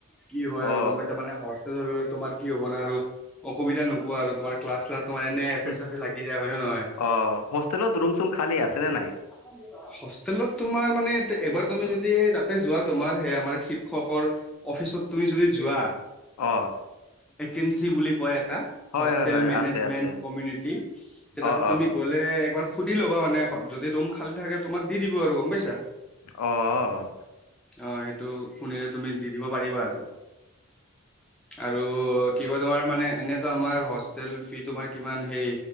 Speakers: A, in the centre; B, on the left.
A: কি হয় আৰু
B: অ
A: গম পাই মানে হষ্টল আৰু তোমাৰ কি হ'ব ন আৰু অসুবিধা নোপোৱা আৰু তোমাৰ ক্লাছ তোমাৰ এনে এফে
B: অ,
A: চেফে লাগি যায় হয় নে নহয়?
B: হোষ্টেলত ৰুম চুম খালী আছে নে নাই?
A: <unintelligible> হোষ্টেলত তোমাৰ মানে, এবাৰ তুমি যদি তাতে যোৱা, তোমাৰ সেই আমাৰ শিক্ষকৰ অফিচত তুমি যদি যোৱা,
B: অ,
A: এজেন চি বুলি কয় এটা
B: হয়
A: হোষ্টেল
B: হয় হয়
A: মেনেজমেন্টত
B: আছে আছে
A: কমিউনিটীৰ তাতেই
B: অ
A: তুমি
B: অ
A: গ'ল তে একবাৰ সুধি ল'বা মানে, যদি ৰুম খালী থাকে, তোমাক দি দিব আৰু গম পাইছা।
B: অ, অ, অ।
A: অ এইটো শুনিলেই, তুমি দি দিব পাৰিবা আৰু আৰু কিবা তোমাৰ মানে এনেইতো আমাৰ হোষ্টেল ফিজ তোমাৰ কিমান হেই?